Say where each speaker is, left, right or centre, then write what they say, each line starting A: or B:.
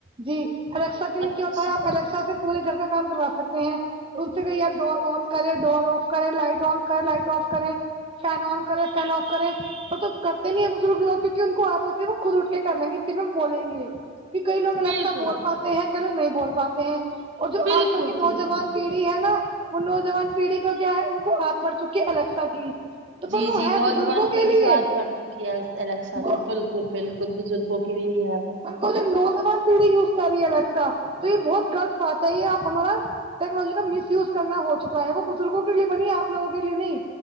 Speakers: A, on the right (about 30°); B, on the right (about 75°).
A: جی الیکسا کے لیے
B: اچھا
A: کیا ہو الیکسا سے پورے گھر کا کام کروا سکتے ہیں ان سے کہئے آپ ڈور آن کریں ڈور آف کریں لائٹ آن کریں لائٹ آف کریں فین آن کرے فین آف کرے تو تو کرتے نہیں ہے بزرگ لوگ کیو نکہ ان کو عادت ہوتی ہے وہ خود اٹھ کے کر لیں گے کہ ہمیں ہم بولیں گے کہ کئی لوگ
B: بالکل
A: الیکسا بول
B: بالکل
A: پاتے ہیں کئی لوگ نہیں بول پاتے ہیں اور جو
B: بالکل
A: آج کل کے نوجوان
B: صحیح فرمایا
A: کے کی ہے نا وہ نوجوان پیڑھی کو کیا ہے ان کو عادت پڑچکی ہے الیکسا کی تو
B: جی
A: پر وہ
B: جی
A: ہے
B: نوجوان
A: بزرگوں
B: پیڑھی
A: کے لیے
B: کو عادت پڑھ چکی ہے الیکسا
A: وہ
B: کی بالکل بالکل کچھ بزرگوں کے لیے ہی ہے وہ
A: تو نوجوان پیڑھی یوز کر رہی ہے الیکسا تو یہ بہت غلط بات ہے یہ آپ ہمارا ٹیکنالوجی کا مس یوز کرنا ہو چکا ہے وہ بزرگوں کے لیے بنی ہے آپ لوگوں کے لیے نہیں